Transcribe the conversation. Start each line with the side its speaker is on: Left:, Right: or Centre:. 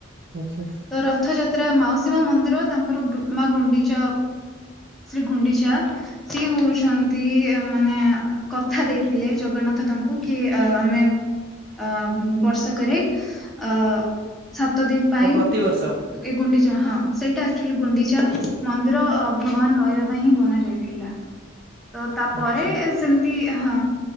Right: ଆଚ୍ଛା।
Centre: ତ ରଥଯାତ୍ରା ମାଉସୀମା ମନ୍ଦିର ତାଙ୍କର ଗୁ ମା ଗୁଣ୍ଡିଚା ଶ୍ରୀ ଗୁଣ୍ଡିଚା ସିଏ ହଉଛନ୍ତି ମାନେ କଥା ଦେଇଥିଲେ ଜଗନ୍ନା ନାଥ ତାଙ୍କୁ କି ଆମେ ଅ ବର୍ଷକରେ ଅ ସାତ ଦିନ ପାଇଁ।
Right: ପ୍ରତିବର୍ଷ
Centre: ଏ ଗୁଣ୍ଡିଚା ହଁ ସେଇଟା ଆକ୍ଚୁଲି ଗୁଣ୍ଡିଚା ମନ୍ଦିର ଭଗବାନ ରହିବା ପାଇଁ ହିଁ ବନା ଯାଇଥିଲା।
Right: <inaudible>
Centre: ଅ ତାପରେ
Right: ଆଚ୍ଛା
Centre: ସେମିତି ହଁ।